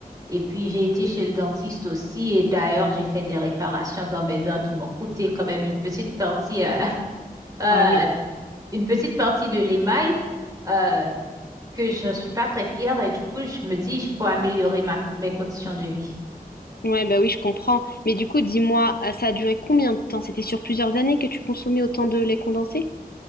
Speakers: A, on the right; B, on the left.
A: Et puis, j'ai été chez le dentiste aussi. Et d'ailleurs, j'ai fait des réparations dans mes dents qui m'ont coûté quand même une petite partie, euh, <laughs> euh,
B: Ah oui.
A: d- une petite partie de l'émail, euh, que je suis pas très fière. Et du coup, je me dis, il faut améliorer ma, mes conditions de vie.
B: Ouais, bah oui, je comprends. Mais du coup, dis-moi, euh, ça a duré combien de temps? C'était sur plusieurs années que tu consommais autant de lait condensé?